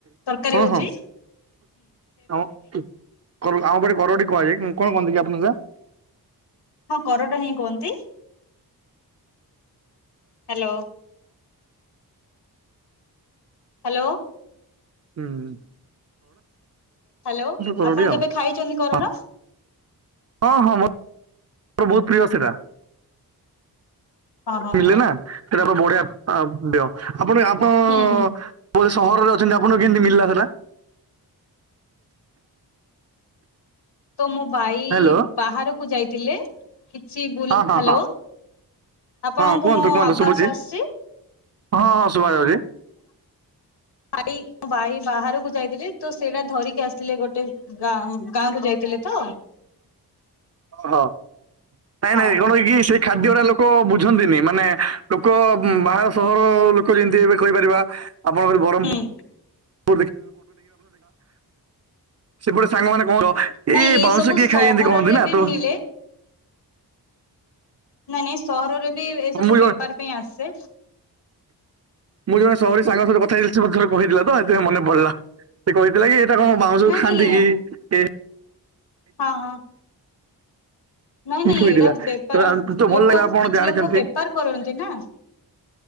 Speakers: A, on the left; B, on the right.
A: ତରକାରୀ
B: ହଁ
A: ହଉଚି।
B: ହଁ ଆମ ପାଟେ କରଡି କୁହାଯାଏ କଣ କୁହନ୍ତି କି ଆପଣ ସା
A: ହଁ କରଟ ହିଁ କୁହନ୍ତି। ହ୍ୟାଲୋ। ହ୍ୟାଲୋ।
B: ହୁଁ ହୁଁ।
A: ହ୍ୟାଲୋ
B: କରଡି
A: ଆପଣ
B: ଆଉ
A: କେବେ ଖାଇଛନ୍ତି କରଡ଼?
B: ହଁ ହଁ ହଁ ମୋ ମୋର ବହୁତ୍ ପ୍ରିୟ ସେଟା
A: ହଁ ହଁ
B: ପିଲେ
A: ହଁ
B: ନା ସେଟା ପା ବଢ଼ିଆ ଆ ଡ଼ିଅ ଆପଣ ଆପ
A: ହୁଁ ହୁଁ
B: ବୋ ସହରରେ ଅ ଚନ୍ତି ଆପଣଙ୍କୁ କେମିତିି ମିଲା ସେଟା?
A: ତ ମୋ ବାଇ
B: ହ୍ୟାଲୋ
A: ବାହାରକୁ ଯାଇଥିଲେ କିଛି ବୁଲ୍
B: ହଁ ହଁ
A: ହ୍ୟାଲୋ
B: ହଁ
A: ଆପଣଙ୍କୁ
B: ହଁ କୁହନ୍ତୁ
A: ମୋ
B: କୁହନ୍ତୁ
A: ଆବାସ୍
B: ଶୁଭୁଛି
A: ଆସିଛି?
B: ହଁ ହଁ ଶୁଭା ଯାଉଚି।
A: ଭାଇ ମୋ ଭାଇ ବାହାରକୁ ଯାଇଥିଲେ ତ ସେଇଟା ଧରିକି ଆସିଥିଲେ ଗୋଟେ ଗାଁ ଗାଁ କୁ ଯାଇଥିଲେ। ତ
B: ହଁ ନାଇଁ
A: ହଁ
B: ନାଇଁ କଣକି ସେ ଖାଦ୍ୟଟା ଲୋକ ବୁଝନ୍ତିନି ମାନେ ଲୋକ ଉମ୍ ବାହାର ସହର ଲୋକ ଯେମିତି ଏବେ କହିପାରିବା ଆପଣଙ୍କର ବରହମ୍
A: ହୁଁ
B: ପୁର୍ <unintelligible> ସେପଟେ ସାଙ୍ଗମାନେ ଙ୍କ ର
A: ନାଇଁ
B: ଏ ଏ ବାଉଁଶ
A: ସବୁ
B: କିଏ
A: ସହରରେ
B: ଖାଇଛନ୍ତି ଏମିତି କହନ୍ତି ନା?
A: ବି
B: ତ
A: ମିଳେ ନାଇଁ, ନାଇଁ ସହରରେ ବି ଏସବୁ
B: ମୁଁ
A: ବେପାର ପାଇଁ ଆସେ।
B: ମୁଁ ଜଣେ ସହରୀ ସାଙ୍ଗ ସହିତ କଥା ହୋଇଥିଲି, ସେ ମତେ ଥରେ କହିଥିଲା ତ ସେଥିପାଇଁ ମନେ ପଡିଲା, ସେ କହିଥିଲା କି ଏଇଟା କଣ ବାଉଁସ
A: ନାଇଁ
B: ଖାନ୍ତି
A: ନାଇଁ
B: କି ଏ
A: ହଁ, ହଁ। ନାଇଁ
B: ହେଇଥିଲା
A: ନାଇଁ ଏଇଟା
B: ତ
A: ବେପାର
B: ତ
A: ଲୋକ
B: ଭଲ ଲାଗିଲା ଆପଣ
A: କିଛି
B: ଜାଣିଛନ୍ତି।
A: ଲୋକ ବେପାର କରନ୍ତି ନା